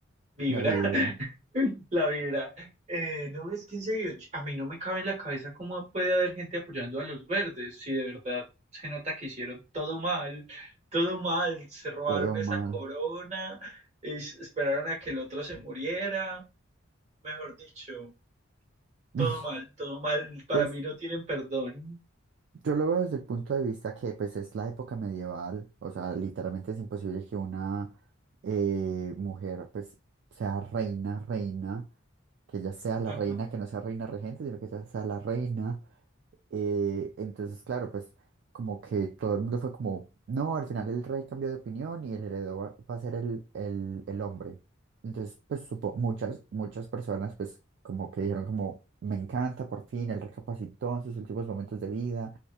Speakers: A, on the right; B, on the right.
A: vibra,
B: La vibra,
A: <laughs> la vibra. Eh, no, es que en serio, ch- a mí no me cabe en la cabeza cómo puede haber gente apoyando a los verdes, si de verdad se nota que hicieron todo mal, todo mal, se robaron
B: todo mal.
A: esa corona, es- esperaron a que el otro se muriera. Mejor dicho,
B: <laughs>
A: todo mal, todo mal. Para
B: Pues
A: mí no tienen perdón.
B: yo lo veo desde el punto de vista que pues es la época medieval, o sea, literalmente es imposible que una eh, mujer pues sea reina, reina, que ella sea la
A: Ajá.
B: reina, que no sea reina regente, sino que ella sea la reina. Eh, entonces, claro, pues como que todo el mundo fue como, no, al final el rey cambió de opinión y el heredero va, va a ser el, el, el hombre. Entonces, pues supo, muchas, muchas personas pues como que dijeron como, me encanta, por fin, él recapacitó en sus últimos momentos de vida.